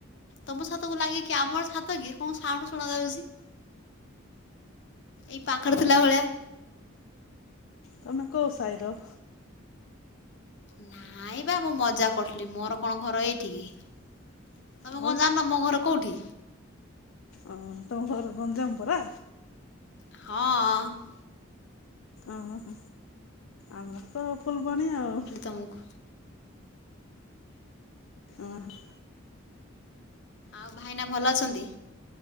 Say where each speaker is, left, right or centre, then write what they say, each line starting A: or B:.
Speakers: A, on the left (about 60°); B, on the left (about 75°).
A: ତମ ଛାତକୁ ଲାଗିକି ଆମର ଛାତ କି କଣ ସାଉଣ୍ଡୁ ଶୁଣାଯାଉଚି। ଏଇ ପାଖରେ ଥିଲା ଭଳିଆ।
B: ତମେ କୋଉ ସାଇର?
A: ନାଇଁ ବା ମୁଁ ମଜା କରୁଥିଲି ମୋର କଣ ଘର ଏଇଠି କି। ତମେ
B: ଆଉ
A: କଣ ଜାନିନ ମୋ ଘର କୋଉଠି?
B: ଓ ତମ ଘର ଗଞ୍ଜାମ ପରା।
A: ହଁଅ।
B: ଅହ ଆମର ତ ଫୁଲବାଣୀ ଆଉ।
A: ତମୁଖୁ
B: ଉଁ ହୁଁ।
A: ଆଉ ଭାଇନା ଭଲ ଅଛନ୍ତି?